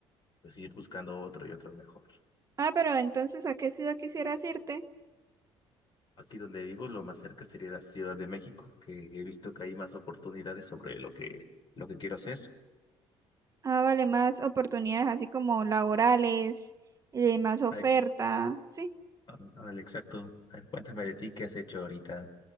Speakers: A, on the left; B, on the right.
A: pues ir buscando otro y otro mejor.
B: Ah, pero entonces, ¿a qué ciudad quisieras irte?
A: Aquí donde vivo, lo más cerca sería la Ciudad de México, que he visto que hay más oportunidades sobre lo que, lo que quiero hacer.
B: Ah, vale, más oportunidades así como laborales, eh, más oferta,
A: Ah, ex-
B: ¿sí?
A: ah, Ándale, exacto. A ver, cuéntame de ti, ¿qué has hecho ahorita?